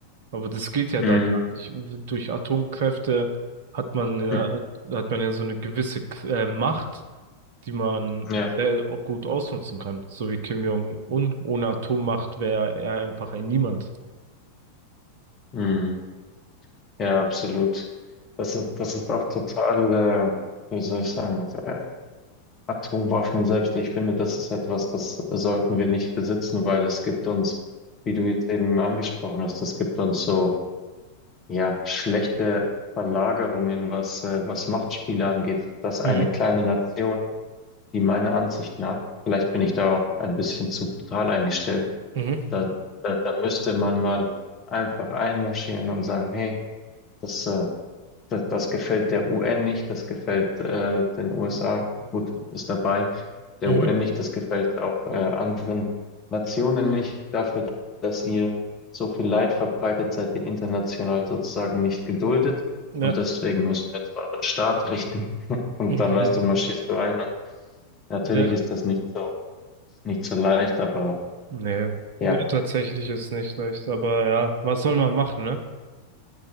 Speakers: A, on the right (about 55°); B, on the left (about 25°).
A: Aber das geht ja
B: Mhm.
A: da gar nicht. Durch Atomkräfte hat man ja,
B: Mhm.
A: hat man ja so eine gewisse äh, Macht, die man
B: Ja.
A: sehr au- gut ausnutzen kann. So wie Kim Jong-un. Ohne Atommacht wäre er einfach ein Niemand.
B: Mhm. Ja, absolut. Das ist, das ist auch total, äh, wie soll ich sagen, also, äh, Atomwaffen selbst, ich finde, das ist etwas, das sollten wir nicht besitzen, weil es gibt uns, wie du jetzt eben angesprochen hast, es gibt uns so, ja, schlechte Verlagerungen, was, äh, was Machtspiele angeht, dass eine
A: Mhm,
B: kleine Nation, die meiner Ansicht nach, vielleicht bin ich da auch ein bisschen zu brutal eingestellt,
A: mhm,
B: da, da, da müsste man mal einfach einmarschieren und sagen, hey, das, äh, das, das gefällt der UN nicht, das gefällt äh, den USA, gut, ist dabei, der
A: mhm.
B: UN nicht, das gefällt auch äh, anderen Nationen nicht, dafür, dass ihr so viel Leid verbreitet, seid ihr international sozusagen nicht geduldet
A: Ja.
B: und deswegen müssen wir jetzt euren Staat richten <laughs> und
A: <laughs> Mhm.
B: dann weißt du, marschierst du ein und natürlich
A: Ja.
B: ist das nicht so, nicht so leicht, aber
A: Nee.
B: ja,
A: Nee, tatsächlich ist nicht leicht. Aber ja, was soll man machen, ne?